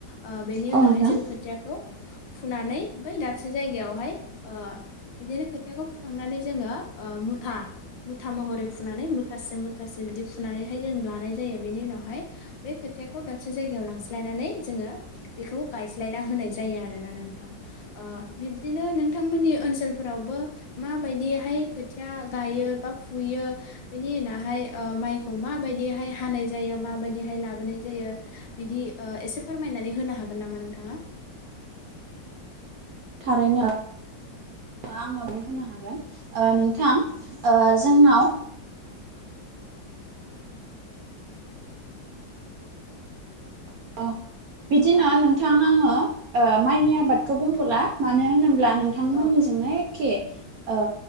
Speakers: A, on the left; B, on the right.
A: ओ बेनि
B: औ
A: उनावहाय
B: नोंथां
A: जों खोथियाखौ फुनानै बै दाबसे जायगायावहाय ओ बिदिनो खोथियाखौ फुखांनानै जोङो ओ मुथा। मुथा महरै फुनानै मुथासे मुथासे बिदि फुनानैहाय जों लानाय जायो बेनि उनावहाय बे खोथियाखौ दाबसे जायगायाव लांस्लायनानै जोङो बेखौ गायस्लाइना होनाय जायो आरोना नोंथां ओ बिब्दिनो नों नोंथांमोननि ओनसोलफोरावबो माबायदिहाय खोथिया गायो बा फुयो। बेनि उनावहाय ओ माइखौ माबायदिहाय हानाय जायो माबायदिहाय लाबोनाय जायो। बिदि ओ एसे फोरमायनानै होनो हागोन नामा नोंथाङा।
B: थारैनो आङो बे होनो हागोन ओ नोंथां ओ जोंनाव <unintelligible> बिदिनो नोंथां आङो ओ माइनि आबादखौ बुंथ'ला मानो होनोब्ला नों थांमोननिजोंनो
A: औ
B: एखे ओ